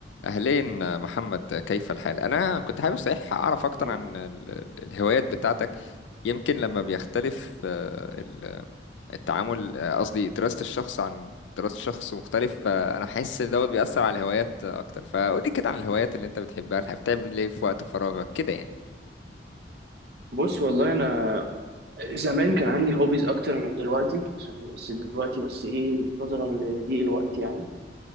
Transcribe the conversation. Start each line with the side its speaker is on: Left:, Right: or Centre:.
Left: أهلين محمد كيف الحال؟ أنا كنت حابب صحيح أعرف أكتر
Right: مم.
Left: عن ال- ال- الهوايات بتاعتك يمكن لما بيختلف آه، ال- التعامل آه، قصدي دراسة الشخص عن دراسة شخص مختلف فأنا حاسس إن دوت بيأثر على الهوايات آه، أكتر فقولي كده عن الهوايات اللي أنت بتحبها اللي بتعمل إيه في وقت فراغك كده يعني
Right: بص والله انا زمان كان عندي هوبيز اكتر من دلوقتي عشان بس دلوقتي بس ايه نظرا لضيق الوقت يعني